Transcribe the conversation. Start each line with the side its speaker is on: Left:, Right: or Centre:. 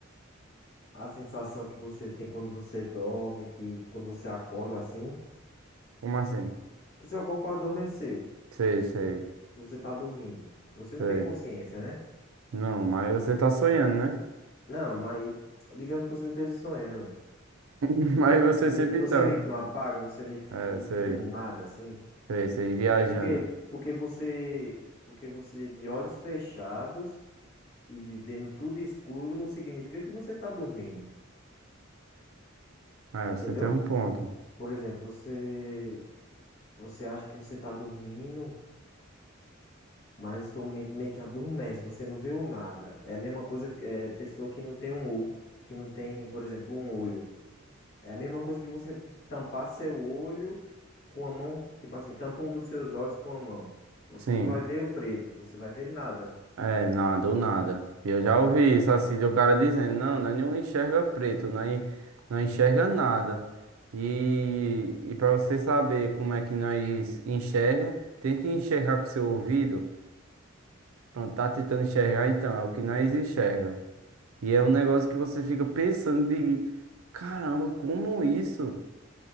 Left: A sensação que você tem quando você dorme, que quando você acorda assim,
Right: Como assim?
Left: que seu corpo adormeceu,
Right: Sei, sei,
Left: você tá dormindo. Você não
Right: sei.
Left: tem consciência, né?
Right: Não, mas você tá sonhando, né?
Left: Não, mas digamos que você não esteja sonhando.
Right: <laughs> Mas você
Left: Você
Right: sempre
Left: meio, que- você
Right: tá.
Left: meio que não apaga, você meio que fi-
Right: É,
Left: não
Right: sei,
Left: fica no nada assim.
Right: sei, sei, viajando.
Left: Porque, porque você, porque você de olhos fechados e vendo tudo escuro não significa que você tá dormindo,
Right: É,
Left: entendeu?
Right: você tem um ponto.
Left: Por exemplo, você, você acha que você tá dormindo. Mas sua mente meio que adormece, você não vê o nada. É a mesma coisa que é, pessoa que não tem um olho, que não tem, por exemplo, um olho. É a mesma coisa que você tampar seu olho com a mão, tipo assim, tampa um dos seus olhos com a mão. Você
Right: Sim.
Left: não vai ver o preto, você vai ver nada.
Right: É, nada, ou nada. Eu já ouvi isso assim, do cara dizendo, não, nós não enxerga preto, nós não enxerga nada. E, e para você saber como é que nós enxerga, tente enxergar com seu ouvido. Pronto, tá tentando enxergar, então, é o que nós enxerga. E é um negócio que você fica pensando de, caramba, como isso?